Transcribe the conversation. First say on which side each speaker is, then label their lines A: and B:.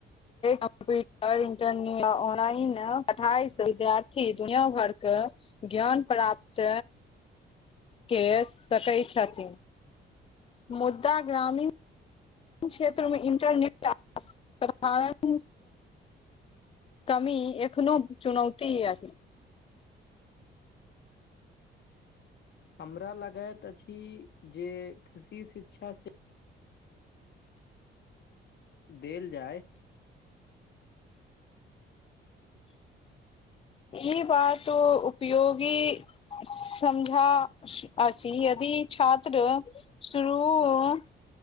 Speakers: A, on the left; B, on the left.
A: कम्प्यूटर इन्टरनेट आ ऑनलाइन पढ़ाइ विद्यार्थी दुनिया भरि ज्ञान प्राप्त के सकै छथि मुद्दा ग्रामीण क्षेत्र मे इंटरनेट असाधरण कामी एखनो चुनौती आ
B: हमरा लगैत अछि जे कृषि शिक्षा सँ देल जाय
A: ई बात उपयोगी समझा अछि यदि छात्र शुरू